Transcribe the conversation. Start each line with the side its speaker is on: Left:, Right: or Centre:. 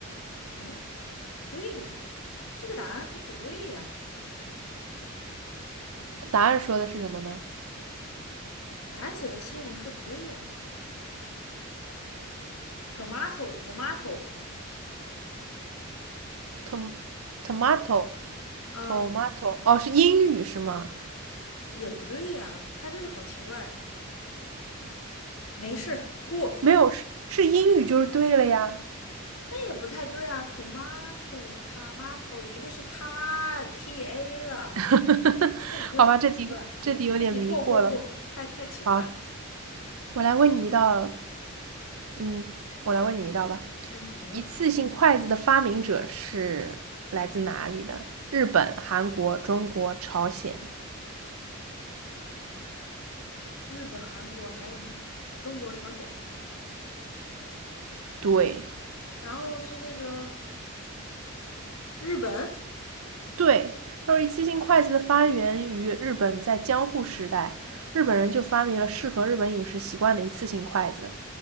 Left: 哎，不对呀，这个答案它不对呀，
Right: 答案说的是什么呢
Left: 答案写的西红柿不对呀。tomato tomato，
Right: ？tom tomato
Left: 啊，
Right: tomato 哦，是英语是吗？
Left: 也不对呀，它这个好奇怪。没事，过。
Right: 没有是是英语就是对了呀，
Left: 那也不太对啊，tomato tomato，一个是它 t a 了，
Right: <laughs>
Left: 那不就是很奇怪？
Right: 好吧，这题这题有点迷过了。
Left: 这题过过过，太太奇怪了。
Right: 好，我来问你一道，嗯，我来问你一道吧。
Left: 嗯，你问。
Right: 一次性筷子的发明者是来自哪里的？日本、韩国、中国、朝鲜。
Left: 日本、韩国还有呢，中国、朝鲜，
Right: 对
Left: 然后是那个日本。
Right: 对，他说一次性筷子的发源于日本，在江户时代，日本人就发明了适合日本饮食习惯的一次性筷子。